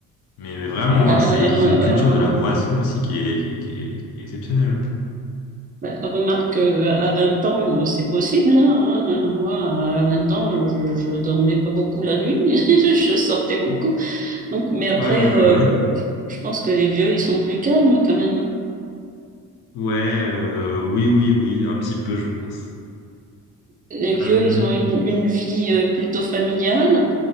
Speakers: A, on the left (about 60°); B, on the right (about 20°).
A: Mais, vraiment,
B: Bah,
A: hein, c'est,
B: euh,
A: ils
B: re-
A: ont une culture
B: euh,
A: de la boisson aussi qui est, qui, est- qui est, qui est exceptionnelle.
B: bah, remarque euh, à 20 ans, euh, c'est possible, hein, hein. hein. Moi, à 20 ans, je, je dormais pas beaucoup la nuit, <laughs> je sortais beaucoup.
A: Ouais,
B: Donc, mais après,
A: ouais, ouais.
B: euh,
A: Ouais,
B: je pense que les vieux, ils sont plus calmes quand même. hein.
A: Ouais, euh, oui, oui, oui, un petit peu, je pense.
B: Les vieux,
A: Euh,
B: ils ont une, une vie euh, plutôt familiale.